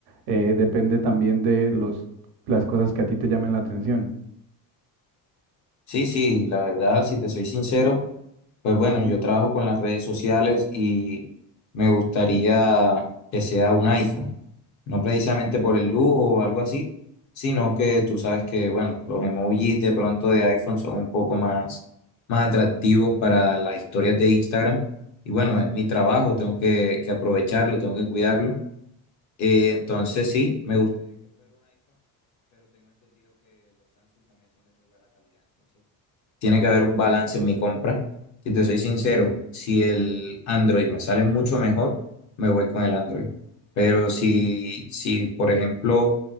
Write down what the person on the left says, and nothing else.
Sí, sí, la verdad, si te soy sincero. Pues bueno, yo trabajo con las redes sociales y me gustaría que sea un iPhone. No precisamente por el lujo o algo así, sino que tú sabes que, bueno, los emojis de pronto de iPhone son un poco más, más atractivos para las historias de Instagram. Y bueno, es mi trabajo, tengo que, que aprovecharlo, tengo que cuidarlo. Eh, entonces sí, me tiene que haber un balance en mi compra. Si te soy sincero, si el Android me sale mucho mejor, me voy con el Android. Pero si, si por ejemplo,